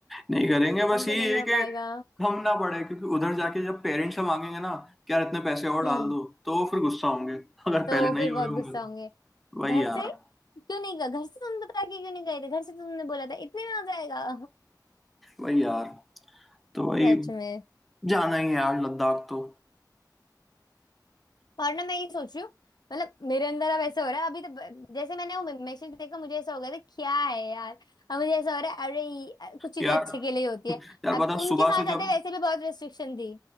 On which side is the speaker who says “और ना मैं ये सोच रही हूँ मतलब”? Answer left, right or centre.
Left